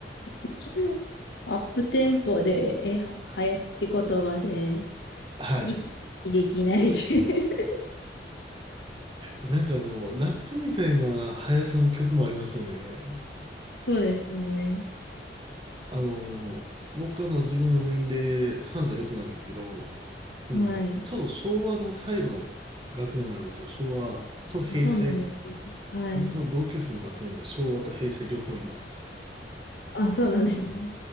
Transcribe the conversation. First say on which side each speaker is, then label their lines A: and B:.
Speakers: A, on the left; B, on the right.
A: <laughs> アップテンポで、え、早口言葉で、
B: はい。
A: 息できないし。<laughs>
B: なんかあの、ラップみたいな速さの曲もありますよね。
A: そうですね。
B: あの、僕あの自分の年齢36なんですけど、その、
A: はい。
B: ちょうど昭和の最後の学年なんですよ。昭和と平成、
A: そうなんです。はい。
B: 僕の同級生の学年が昭和と平成両方います。
A: あ、そうなんですね。